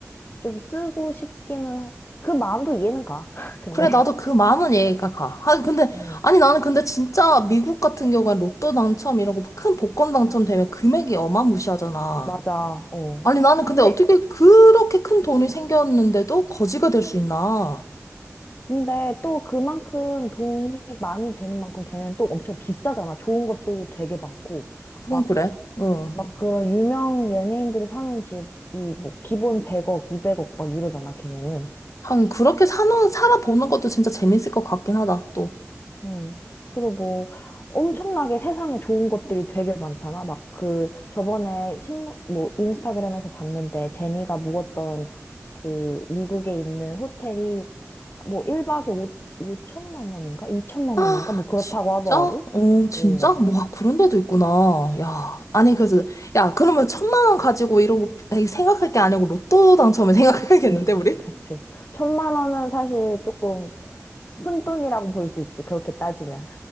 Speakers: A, on the left (about 45°); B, on the left (about 85°).
A: 좀 쓰고 싶기는 하- 그 마음도 이해는 가. <laughs> 근데
B: 그래, 나도 그 많은 얘기가 가. 아, 근데,
A: 어.
B: 아니, 나는 근데 진짜 미국 같은 경우엔 로또 당첨 이런 거 큰 복권 당첨되면 금액이 어마무시하잖아.
A: 맞아. 어.
B: 아니, 나는 근데
A: 근데
B: 어떻게 그렇게 큰 돈이 생겼는데도 거지가 될 수 있나?
A: 근데 또 그만큼 돈이 많이 되는 만큼 걔는 또 엄청 비싸잖아. 좋은 것들도 되게 많고.
B: 그건
A: 막
B: 그래. 응.
A: 막 그런 유명 연예인들이 사는 집이 뭐 기본 100억, 200억 막 이러잖아, 걔네는.
B: 하긴, 그렇게 사는, 살아보는 것도 진짜 재밌을 것 같긴 하다, 또.
A: 음. 그리고 뭐 엄청나게 세상에 좋은 것들이 되게 많잖아. 막 그 저번에 신문 뭐 인스타그램에서 봤는데 제니가 묵었던 그 미국에 있는 호텔이 뭐 1박에 5, 5천만 원인가? 2천만
B: 아,
A: 원인가? 뭐 그렇다고
B: 진짜?
A: 하더라고.
B: 어, 진짜?
A: 오,
B: 뭐, 그런 데도 있구나. 야, 아니, 그래서, 야, 그러면 천만 원 가지고 이런 거 생각할 게 아니고 로또 당첨을 <laughs> 생각해야겠는데,
A: 그치,
B: 우리?
A: 그치. 천만 원은 사실 조금 푼돈이라고 볼 수 있지. 그렇게 따지면.